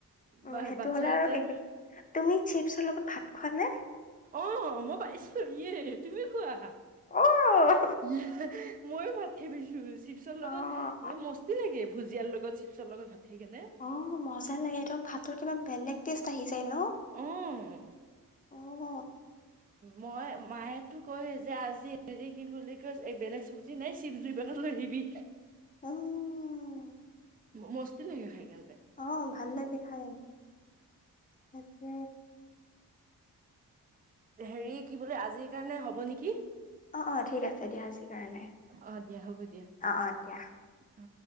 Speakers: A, on the left (about 20°); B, on the right (about 25°).
A: উম,
B: বা-বাচ্ছা
A: সেইটো হ'লে
B: কেইটাই
A: আৰু তুমি চিপছৰ লগত ভাত খোৱা নে?
B: অহ মই পাইছো। ইয়ে তুমিও খোৱা?
A: অ',
B: ইয়েহ মইও ভাত পাইচ। উ চিপচৰ
A: অ',
B: লগত এ মস্তি লাগে। ভুজিয়াৰ লগত চিপছৰ লগত ভাত খাই কেনে
A: অহ মজা লাগে ন? ভাতৰ কিবা বেলেগ টেষ্ট আহি যায় ন?
B: অ
A: অহ
B: মই মায়েতো কয় যে আজি হেৰি কি বুলি কয় এই বেলেগ চব্জি নাই চিপছ দুইপাকেত লৈ আহিবি।
A: উম,
B: মস্তি লাগে খাই কেন।
A: অহ, ভাল লাগে খাই। তাকে
B: হেৰি কি বুলে আজিৰ কাৰণে হ'ব হ'ব নেকি?
A: অহ-অহ ঠিক আছে দিয়া আজিৰ কাৰণে।
B: অ দিয়া হ'ব দিয়া
A: অহ দিয়া।
B: অ